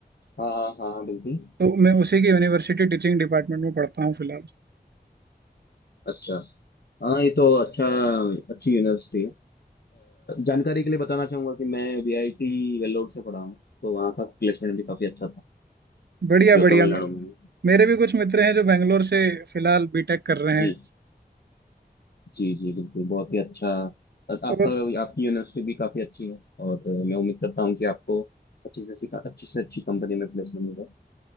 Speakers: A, on the left; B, on the right.
A: हाँ हाँ हाँ हाँ, बिल्कुल
B: तो मैं उसी की यूनिवर्सिटी टीचिंग डिपार्टमेंट में पढ़ता हूँ फिलहाल
A: अच्छा हाँ ये तो अच्छा अच्छी यूनिवर्सिटी अ, जानकारी के लिए बताना चाहूंगा कि मैं वीआईटी वेल्लोर से पढ़ा हूँ तो वहाँ का प्लेसमेंट भी काफी अच्छा था
B: बढ़िया
A: जो
B: बढ़िया
A: तमिलनाडु
B: मैं
A: में है।
B: मेरे भी कुछ मित्र हैं जो बेंगलोर से फिलहाल बीटेक कर रहे
A: जी
B: हैं
A: जी जी बिल्कुल बहुत ही अच्छा अ,
B: और
A: आपका आपकी यूनिवर्सिटी भी काफी अच्छी है और अ, मैं उम्मीद करता हूँ कि आपको अच्छे से सिखा- अच्छी से अच्छी कंपनी में प्लेसमेंट मिलेगा